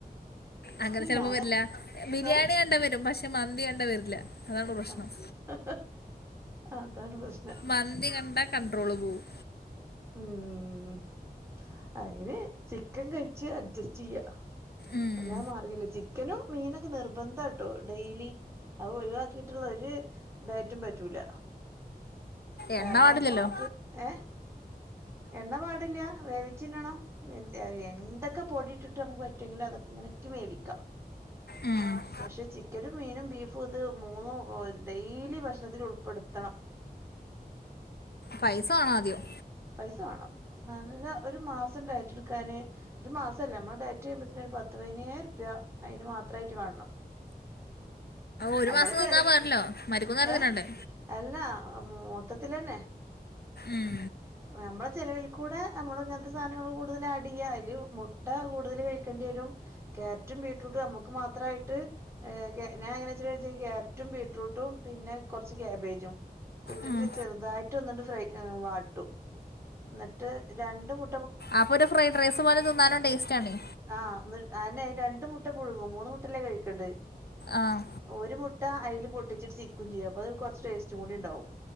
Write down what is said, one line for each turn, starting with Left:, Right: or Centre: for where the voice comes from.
Left: അങ്ങനെ ചിലപ്പോ
Right: ഞാനാ
Left: വരില്ല. ബിരിയാണി
Right: ഏ
Left: കണ്ടാ വരും, പക്ഷെ മന്തി കണ്ടാ വരില്ല. അതാണ് പ്രശ്നം
Right: ആഹ് അതാണ് പ്രശ്നം.
Left: മന്തി കണ്ട കണ്ട്രോൾ പോവും.
Right: ഉം അതിന് ചിക്കൻ കഴിച്ച് അഡ്ജസ്റ്റ് ചെയ്യ.
Left: ഉം.
Right: എല്ലാ മാറിയല്ലോ, ചിക്കനും, മീനൊക്കെ നിർബന്ധാട്ടോ ഡെയിലി. അത് ഒഴിവാക്കിയിട്ടുള്ള ഒരു ഡയറ്റും പറ്റൂല. കാരണം
Left: എണ്ണ പാടില്ലല്ലോ
Right: നമുക്ക് ഏഹ് എണ്ണ പാടില്ല, വേവിച്ചിന്നണം. ഏഹ് എന്തൊക്കെ പൊടിയിട്ടിട്ട്- നമുക്ക് പറ്റുമെങ്കിലും, അതൊക്കെ ഇങ്ങനിട്ട് വേവിക്കാം.
Left: ഏഹ്.
Right: പക്ഷെ ചിക്കനും, മീനും, ബീഫും ഇത് മൂന്നും ഡെയിലി ഭക്ഷണത്തിൽ ഉൾപ്പെടുത്തണം.
Left: പൈസ വേണോ ആദ്യം.
Right: പൈസ വേണം നല്ല, ഒരു മാസം ഡൈറ്റെടുക്കാന്. ഒരു മാസമല്ലേ നമ്മള് ഡയറ്റ് ചെയ്യുമ്പോത്തേന് ഒരു പത്ത്- പതിനനായിരം ഉറുപ്യ അയിന്- മാത്രമായിട്ട് കാണണം.
Left: ഒരു
Right: നമ്മളെ
Left: മാസം
Right: ചെല
Left: തിന്നാ പോരല്ലോ- മരിക്കുന്ന വരെ
Right: ഏ
Left: തിന്നണ്ടേ.
Right: അല്ല മൊത്തത്തിലന്നെ.
Left: ഉം.
Right: നമ്മുടെ ചിലവിൽ കൂടെ നമ്മള് ഇങ്ങനത്തെ സാധനങ്ങൾ കൂടുതൽ ആഡ് ചെയ്യാ, അതില് മുട്ട കൂടുതൽ കഴിക്കേണ്ടി വരും. ക്യാരറ്റും ബീട്രൂട്ടും നമ്മുക്ക് മാത്രമായിട്ട്. ഞാൻ എങ്ങനെ വെച്ചാ ക്യാരറ്റും, ബീട്ട്റൂട്ടും പിന്നെ കുറച്ച് ക്യാബേജും. ഇട്ടിട്ട്
Left: ഉം.
Right: ചെറുതായിട്ട് ഒന്നിണ്ട് ഫ്രൈ ചെ വാട്ടും. എന്നിട്ട് രണ്ട് മു-
Left: അപ്പൊരു ഫ്രൈഡ് റൈസ് പോലെ തിന്നാനും ടേസ്റ്റ് ആണേ.
Right: ആഹ് എന്നി അതന്നെ രണ്ടു മുട്ട- പുഴുങ്ങും മൂന്നു മുട്ടയല്ലേ കഴിക്കണ്ടത്.
Left: ആഹ്.
Right: ഒരു മുട്ട അയിൽ പൊട്ടിച്ചിട്ട് ചിക്കും- ചെയ്യും അപ്പോ അത് കുറച്ച് ടേസ്റ്റും കൂടി ഉണ്ടാവും.